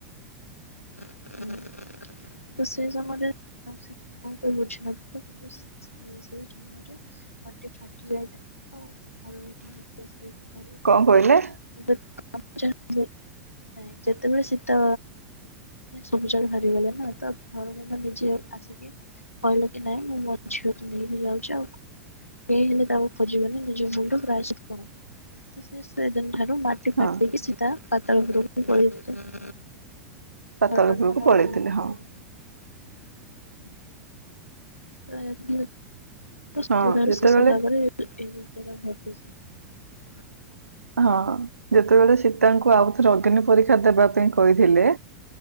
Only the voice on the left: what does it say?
<unintelligible> ତ ସେଇ ସମୟରେ କଣ ବୁଝିିନଥିଲା କିନ୍ତୁ ସେଇ ସମୟରେ ମାଟି ଫାଟି ଯାଇଥିଲା। <unintelligible> <unintelligible>
<unintelligible> ନାଇଁ ଯେତେବେଳେ ଶୀତ ସବୁଜାଡ ହାରିଗଲେ ନା ତ ଧରଣୀ ନିଜେ ଆସିକି କହିଲେ କି ନାଇଁ ମୁଁ ମୋ ଝିଅକୁ ନେଇକି ଯାଉଛି, ଆଉ କେ ହେଲେ ତାକୁ ଖୋଜିବନି ନିଜ ମୁଲ ପ୍ରାୟ କଣ ତ <inaudible> ସେ ସେଦିନ ଠାରୁ ମାଟି
ଫାଟିକି ସିଧା ପାତଳ ଉପରକୁ ପଳେଇଥିଲେ। ଧରଣୀମା
ତାକୁ
ନେଇକି ପଳେଇଲେ।
<inaudible> <unintelligible> ସ
ବୁଠାରୁ
ଶେଷ ଭାବରେ। <unintelligible>